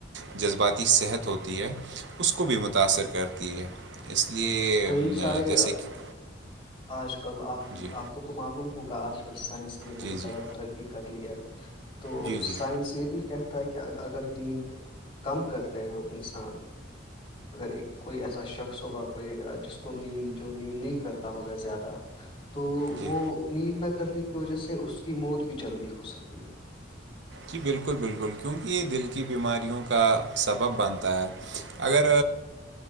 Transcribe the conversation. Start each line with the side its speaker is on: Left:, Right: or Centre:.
Right: جذباتی صحت ہوتی ہے اس کو بھی متاثر کرتی ہے اس لیے
Left: کئی سارے
Right: جیسے کہ
Left: آج کل آپ
Right: جی
Left: آپ کو تو معلوم ہوگا آج کل سائنس نے
Right: جی
Left: بہت
Right: جی
Left: زیادہ ترقی کر لی ہے تو
Right: جی جی
Left: سائنس یہ بھی کہہ تاکہ اگر نیند کم کرتے ہیں ہم انسان اگر ایک کوئی ایسا شخص ہوگا کوئی جس کو نیند جو نیند نہیں کرتا ہوگا زیادہ تو
Right: جی
Left: وہ نیند نہ کرنے کی وجہ سے اس کی موت بھی جلدی ہو سکتی ہے
Right: جی بالکل بالکل کیونکہ یہ دل کی بیماریوں کا سبب بنتا ہے اگر